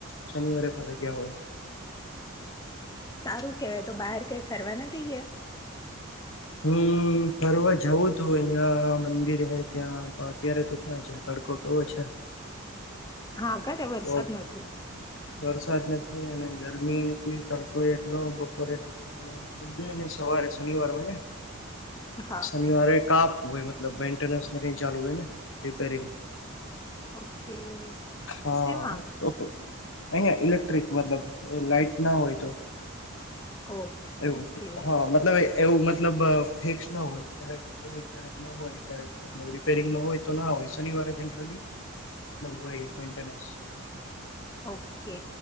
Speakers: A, on the left; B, on the left.
A: શનિવારે પણ શનિવાર એ પણ રજા હોય.
B: સારું કેવાય તો બહાર કઈ ફરવા નથી ગયા
A: હમ ફરવા જવું તું અહિયાં મંદિર હે ત્યાં અત્યારે તો ક્યાં જતા તડકો કેવો છે.
B: હા ક ત્યાં વરસાદ
A: બહુ
B: નથી
A: વરસાદ નથી અને ગરમી એટલી તડકો એટલો બપોરે તો <unintelligible> સવારે શનિવાર હોય ને
B: હા
A: શનિવારે કાપ મતલબ મેન્ટેસ કામ ચાલુ હોય ને રિપેરિંગ
B: ઓકે
A: હા
B: શેમાં
A: તો અહીયા ઇલેક્ટ્રિક મતલબ લાઈટ ના હોય તો
B: ઓ
A: એવું
B: ઓકે
A: હા મતલબ એવું મતલબ ફીકસ ન હોય ક્યારેક હોય ક્યારેક ન હોય ક્યારેક રિપેરિંગમાં હોય તો ના હોય શનિવાર જનરલી મતલબ હોય મેન્ટેસ
B: ઓકે